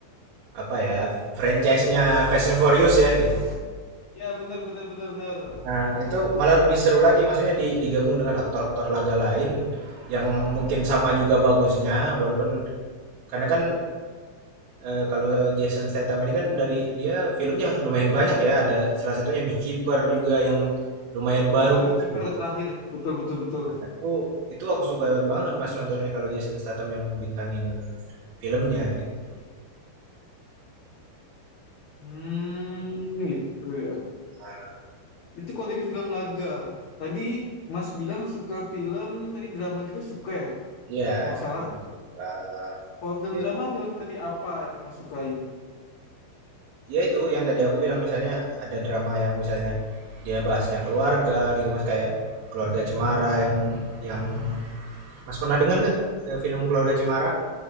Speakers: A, on the right; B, on the left.
A: apa ya franchise-nya Fast and Furious ya gitu.
B: ya benar benar benar benar.
A: Nah, itu malah lebih seru lagi maksudnya di- digabung dengan aktor-aktor laga lain yang mungkin sama juga bagusnya walaupun karena kan Eh, kalau Jason Statham ini kan dari dia filmnya lumayan banyak ya. Ada salah satunya Beekeeper juga yang lumayan baru
B: Iya, Beekeeper
A: gitu.
B: terakhir. Betul betul betul.
A: Aku itu aku suka banget Mas nontonnya kalau Jason Statham yang bintangin filmnya gitu.
B: Hmm, gitu ya.
A: Ah,
B: Itu kalau dari film laga. Tadi Mas bilang suka film, tadi drama juga suka ya,
A: iya,
B: kalau nggak
A: drama
B: salah.
A: juga suka.
B: Kalau
A: Tapi,
B: film drama, film seperti apa yang Mas sukai?
A: Ya itu yang tadi aku bilang misalnya ada drama yang misalnya dia bahasnya keluarga gitu Mas kayak Keluarga Cemara yang yang Mas pernah dengar nggak eh, film Keluarga Cemara?